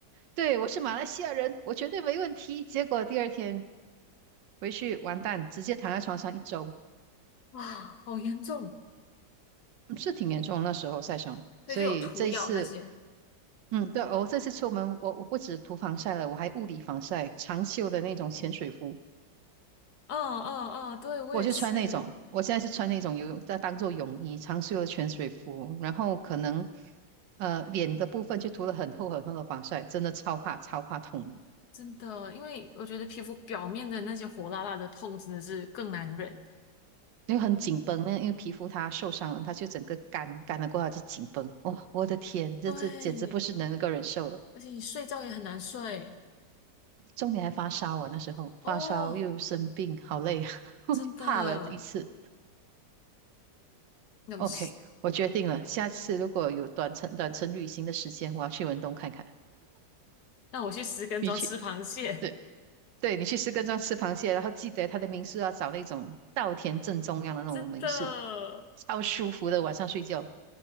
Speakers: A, on the right (about 85°); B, on the left (about 65°).
A: 对，我是马来西亚人，我绝对没问题。结果第二天回去完蛋，直接躺在床上一周，
B: <sighs> 哇，好严重，
A: 嗯是挺严重的那时候晒伤。
B: 所以就有涂药那些。
A: 所以这一次嗯，对，我这次出门，我我不止涂防晒了，我还物理防晒，长袖的那种潜水服，
B: 嗯嗯嗯，对，我也是，
A: 我就穿那种，我现在是穿那种游泳，在当做泳衣，长袖的潜水服，然后可能呃脸的部分就涂了很厚很厚的防晒，真的超怕超怕痛的，
B: 真的，因为我觉得皮肤表面的那些火辣辣的痛真的是更难忍。
A: 因为很紧绷，那因为皮肤它受伤了，它就整个干干了过后它就紧绷，哇，我的天，这这简直不是能够忍受的，
B: 对，而且你睡觉也很难睡
A: 重点还发烧我那时候发烧又生病，
B: 哦，
A: 好累啊，<laughs> 我就怕了这一次。
B: 真的。那我去
A: OK，我决定了，下次如果有短程短程旅行的时间，我要去文东看看。
B: 那我去石根庄吃螃蟹，
A: 你去，对对，你去石根庄吃螃蟹，然后记得他的民宿要找那种稻田正中央的那种民宿，
B: 真的
A: 超舒服的，晚上睡觉。